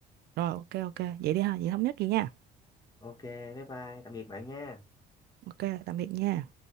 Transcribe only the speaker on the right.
rồi ok ok vậy đi ha vậy thống nhất gì nha
ok tạm biệt nha